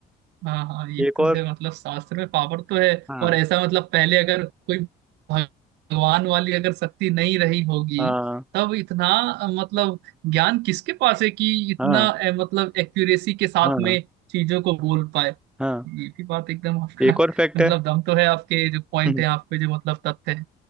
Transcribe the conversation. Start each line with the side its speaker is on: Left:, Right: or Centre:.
Right: हाँ हाँ ये
Centre: एक
Right: तो
Centre: और
Right: है मतलब शास्त्र में पावर तो है
Centre: हाँ
Right: और ऐसा मतलब पहले अगर कोई भगवान वाली अगर शक्ति नहीं रही होगी
Centre: हाँ
Right: तब इतना अ, मतलब ज्ञान किसके पास है कि इतना
Centre: हाँ
Right: अ, मतलब एक्यूरेसी के साथ
Centre: हाँ
Right: में चीजों को बोल पाए
Centre: हाँ
Right: ये भी बात एकदम आपका
Centre: एक और फैक्ट
Right: मतलब
Centre: है <laughs>
Right: दम तो है आपके जो पॉइंट
Centre: हम्म,
Right: है आपके जो मतलब तथ्य है